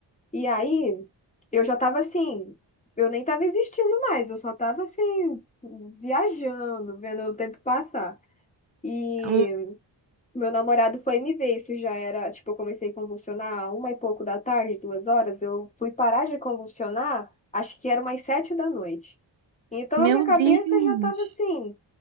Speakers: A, on the left (about 15°); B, on the right (about 80°).
A: E aí eu já tava assim, eu nem tava existindo mais, eu só tava assim, viajando, vendo o tempo passar. e
B: Hum,
A: meu namorado foi me ver, isso já era, tipo, eu comecei a convulsionar a uma e pouco da tarde, duas horas, eu fui parar de convulsionar, acho que era umas sete da noite. Então
B: Meu
A: a minha cabeça
B: Deus!
A: já tava assim,